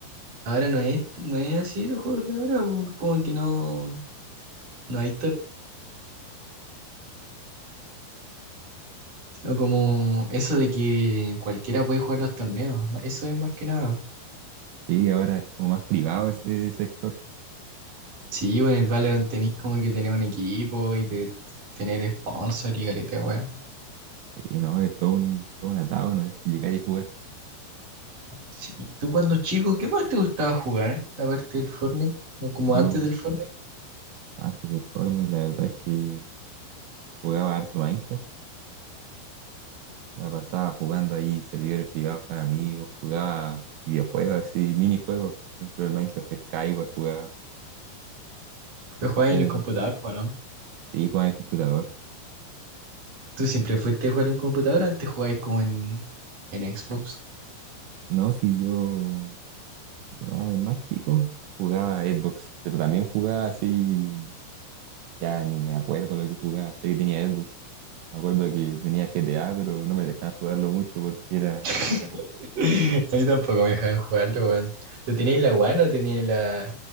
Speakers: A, on the right; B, on the right.
A: ahora no es, no es así los juegos de ahora, pues, como que no, no hay tor- O como eso de que cualquiera puede jugar los torneos, eso es más que nada.
B: Y ahora es como más privado ese sector.
A: Sí, güey, en el Valorant tenés como que tener un equipo y te- tener sponsor y galeta, weón.
B: Y no, es todo un, todo un atado, no es llegar y jugar.
A: Sí, ¿y tú cuando chico, qué más te gustaba jugar? Aparte del Fortnite, o como
B: Yo
A: antes del Fortnite,
B: antes del Fortnite, la verdad es que jugaba harto Minecraft. La pasaba jugando ahí servidores privados con amigos, jugaba videojuegos así, minijuegos dentro del Minecraft, Skyward jugaba,
A: pues jugabas
B: Edward,
A: en el computador, po, ¿no?
B: y jugaba en el computador.
A: ¿Tú siempre fuiste a jugar en computador o antes jugabas como en, en Xbox?
B: No, si yo de más, más chico jugaba Xbox, pero también jugaba así Ya ni me acuerdo lo que jugaba. Sé que tenía Xbox. Me acuerdo que tenía GTA, pero no me dejaban jugarlo mucho porque era...
A: <laughs> A mí tampoco me dejaban jugarlo, weón. ¿Pero tenías la One o tenías la,